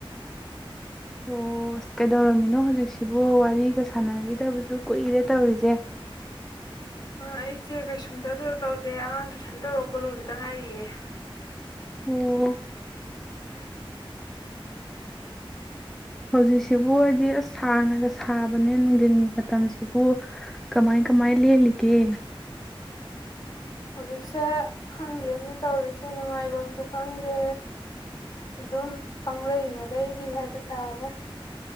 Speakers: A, in the centre; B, on the left.
A: ꯑꯣ ꯑꯁ ꯀꯩꯗꯧꯔꯝꯃꯤꯅꯣ ꯍꯧꯖꯤꯛꯁꯤꯕꯨ ꯋꯥꯔꯤꯒ ꯁꯥꯟꯅꯈꯤꯗꯕꯁꯨ ꯀꯨꯏꯔꯦ ꯇꯧꯔꯤꯁꯦ
B: ꯑꯩꯁꯦ ꯀꯩꯁꯨꯝꯗꯗ ꯇꯧꯗꯦ ꯑꯉꯥꯡ ꯇꯨꯏꯁꯟ ꯇꯧꯔꯛꯄ ꯂꯣꯏꯕꯇ ꯉꯥꯏꯔꯤꯌꯦ
A: ꯑꯣ ꯍꯧꯖꯤꯛꯁꯤꯕꯨ ꯍꯥꯏꯗꯤ ꯑꯁ ꯁꯥꯟꯅꯒ ꯁꯥꯕꯅꯦ ꯅꯨꯡꯊꯤꯟꯒꯤ ꯃꯇꯝꯁꯤꯕꯨ ꯀꯃꯥꯏ ꯀꯃꯥꯏ ꯂꯦꯜꯂꯤꯒꯦ
B: ꯍꯧꯖꯤꯛꯁꯦ ꯈꯪꯗꯦꯅ ꯇꯧꯔꯤꯁꯦ ꯅꯨꯡꯉꯥꯏꯐꯝꯁꯨ ꯈꯪꯗꯦ ꯑꯗꯨꯝ ꯄꯪꯂꯩ ꯑꯃꯗꯩꯔꯤ ꯍꯥꯏꯕ ꯇꯥꯔꯦ